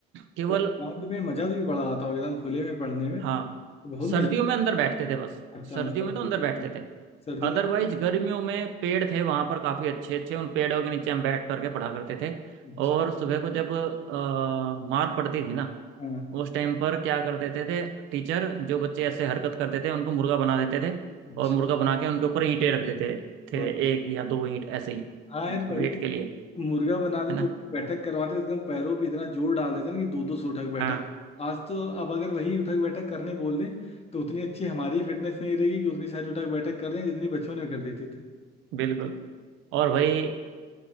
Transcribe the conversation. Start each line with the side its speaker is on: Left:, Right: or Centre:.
Right: केवल
Left: ग्राउंड में मजा भी बड़ा आता होगा एकदम खुले में पढ़ने में
Right: हाँ
Left: बहुत
Right: सर्दियों
Left: मजा आता
Right: में अंदर बैठते थे बस
Left: है। अच्छा
Right: सर्दियों
Left: सर्दी
Right: में तो अंदर
Left: में
Right: बैठते
Left: तो,
Right: थे
Left: सर्दियों
Right: अदरवाइज
Left: तो
Right: गर्मियों में पेड़ थे वहां पर काफी अच्छे अच्छे उन पेड़ों के नीचे हम बैठ करके पढ़ा करते थे
Left: अच्छा
Right: और सुबह को जब अ, मार पड़ती थी ना
Left: हाँ
Right: उस टाइम पर क्या करते थे, थे टीचर जो बच्चे ऐसे हरकत करते थे उनको मुर्गा बना देते थे
Left: अच्छा
Right: और मुर्गा बना के उनके ऊपर ईंटें रख देते थे
Left: हाँ
Right: एक या दो ईंट ऐसे ही
Left: हाँ यार पहले
Right: वेट के लिए
Left: मुर्गा बनाते
Right: है
Left: तो
Right: ना
Left: उठक बैठक करवाते तो एकदम पैरों पे इतना जोर डाल देते ना कि दो दो सौ उठक बैठक
Right: हाँ
Left: आज तो अब अगर वही उठक बैठक करने बोल दें तो उतनी अच्छी हमारी फिटनेस नहीं रहेगी कि उतनी सारी उठक बैठक कर रहे हैं जितनी बचपन में कर देते थे
Right: बिल्कुल और भाई